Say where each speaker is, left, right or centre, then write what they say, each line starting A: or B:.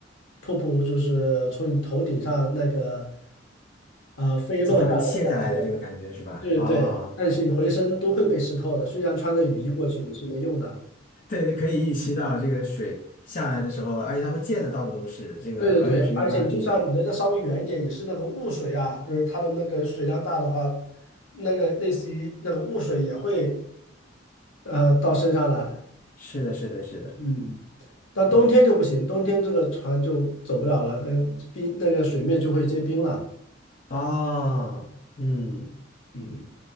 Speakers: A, on the left (about 85°); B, on the left (about 45°).
A: 瀑布，就是从你头顶上那个呃飞落下来的感觉。
B: 从上面卸下来的这个感觉是吧？
A: 对对，
B: 啊、
A: 但是你浑身都会被湿透的，虽然穿着雨衣过去也是没用的。
B: 对，可以预期到这个水下来的时候，而且它会溅的到处都是，这个完全是没有办法避免。
A: 对对对，而且你就算离得稍微远一点，也是那个雾水啊，就是它的那个水量大的话，那个类似于那个雾水也会呃到身上来。
B: <laughs> 是的，是的，是的。
A: 嗯，但冬天就不行，
B: OK，
A: 冬天这个船就走不了了，那个冰那个水面就会结冰了。
B: 哦，嗯
A: 嗯，